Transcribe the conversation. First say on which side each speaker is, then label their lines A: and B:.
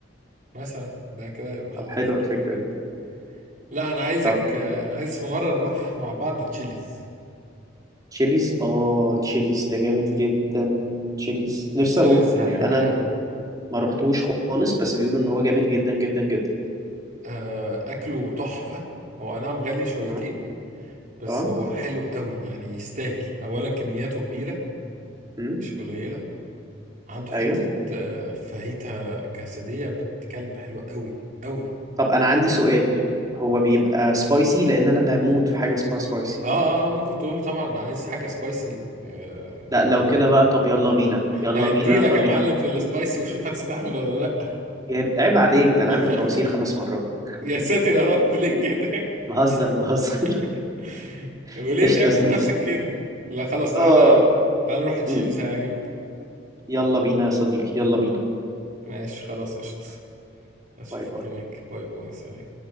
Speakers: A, on the right; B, on the right.
A: مثلا ده كده هيبقى
B: طب
A: لطيف
B: حلوة الفكرة
A: جدا
B: دي
A: لا انا عايزك
B: طب
A: آه، عايز في مره نروح مع بعض تشيليز
B: تشيليز اه تشيليز ده جامد جدا تشيليز نفسي
A: تشيليز
B: اروحه يعني
A: هيعجبك
B: انا
A: قوي
B: ما روحتوش خالص بس بيقولوا ان هو جامد جدا جدا جدا
A: آه، اكله تحفه هو أي نعم غالي شويتين
B: اه
A: بس
B: اه
A: هو حلو قوي يعني يستاهل اولا كمياته كبيره
B: امم
A: مش قليله عنده حته
B: ايوه
A: آه، فاهيتا كاسديه بتكلب حلوه قوي قوي
B: طب انا عندي سؤال هو بيبقى سبايسي لان انا بموت في حاجة اسمها سبايسي
A: اه اه آه، ممكن تقول له طبعا عايز حاجه سبايسي آه
B: لا
A: <laughs>
B: لو كده بقى طب يلا بينا يلا
A: هيدي
B: بينا
A: لك
B: يلا
A: يا
B: بينا
A: معلم في السبايسي وشوف هتستحمل ولا لا
B: جامد عيب عليك ده انا
A: <laughs>
B: عامل بواسير خمس مرات <laughs>
A: يا ساتر يا رب ليه كده
B: بهزر بهزر
A: <laughs>
B: <laughs>
A: وليه
B: قشطة
A: تعمل
B: يا زميلي
A: في نفسك كده لا خلاص تعالى
B: اه
A: تعالى نروح تشيلس
B: مم.
A: هيعجبك
B: يلا بينا يا صديقي يلا بينا
A: ماشي خلاص قشطة اشوفك
B: باي باي
A: هناك باي باي سلام